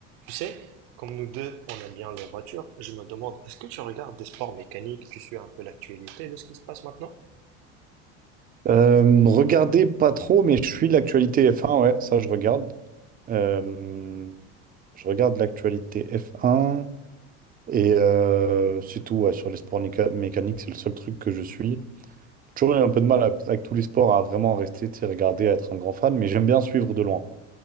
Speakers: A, on the right (about 65°); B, on the right (about 25°).
A: Tu sais, comme nous deux, on aime bien les voitures, je me demande, est-ce que tu regardes des sports mécaniques, tu suis un peu l'actualité de ce qui se passe maintenant?
B: Euh, regardez pas trop, mais je suis de l'actualité F1, ouais, ça je regarde. Euh, je regarde l'actualité F1 et euh, c'est tout, ouais, sur les sports méca- mécaniques, c'est le seul truc que je suis. J'ai Toujours eu un peu de mal à- avec tous les sports à vraiment rester, tu sais, regarder, à être un grand fan, mais j'aime bien suivre de loin.